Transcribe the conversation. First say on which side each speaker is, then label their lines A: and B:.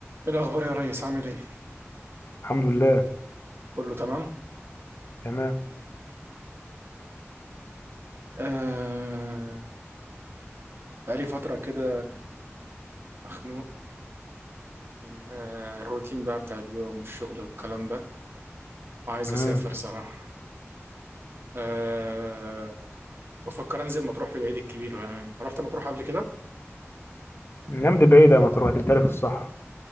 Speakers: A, on the right (about 55°); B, on the left (about 55°).
A: إيه الأخبار يا ريس عامل إيه؟
B: الحمد لله
A: كله تمام؟
B: تمام
A: آه بقالي فترة كده مخنوق من آه الروتين بقى بتاع اليوم والشغل والكلام ده وعايز
B: امم
A: أسافر صراحة آه بفكر أنزل مطروح في العيد الكبير يعني رحت مطروح قبل كده؟
B: الأيام دي بعيدة ما تروح دي بتالي في الصحراء